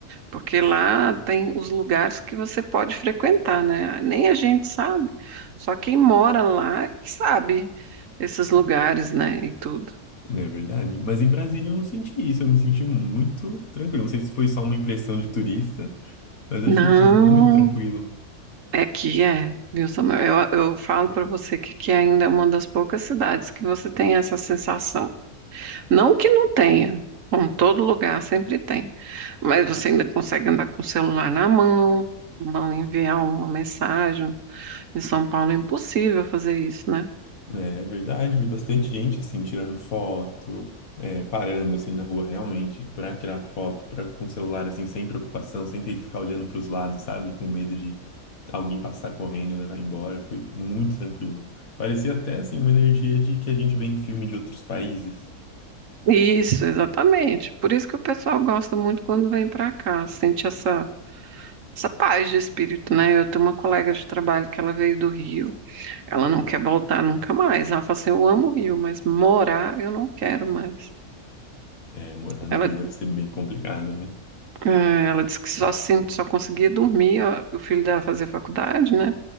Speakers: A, on the right; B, on the left.
A: porque lá tem os lugares que você pode frequentar, né? Nem a gente sabe, só quem mora lá é que sabe esses lugares, né? E tudo.
B: Não é verdade? Mas em Brasília eu não senti isso, eu me senti muito tranquilo. Não sei se foi só uma impressão de turista, mas eu achei
A: Não,
B: muito tranquilo.
A: é que é, viu, Samuel? Eu, eu falo para você que aqui ainda é uma das poucas cidades que você tem essa sensação. Não que não tenha, como todo lugar sempre tem. mas você ainda consegue andar com o celular na mão, mão enviar uma mensagem. Em São Paulo é impossível fazer isso, né?
B: É verdade, vi bastante gente assim tirando foto, é, parando assim na rua realmente para tirar foto, para com o celular assim sem preocupação, sem ter que ficar olhando para os lados, sabe, com medo de alguém passar correndo e levar embora. Foi muito tranquilo. Parecia até assim uma energia de que a gente vê em filme de outros países.
A: Isso, exatamente. Por isso que o pessoal gosta muito quando vem para cá, sente essa essa paz de espírito, né? Eu tenho uma colega de trabalho que ela veio do Rio, ela não quer voltar nunca mais. Ela fala assim: eu amo o Rio, mas morar eu não quero mais.
B: É, morar no
A: Ela,
B: Rio deve ser bem complicado, né?
A: eh, ela disse que só, assim, só conseguia dormir, ó, o filho dela fazer faculdade, né?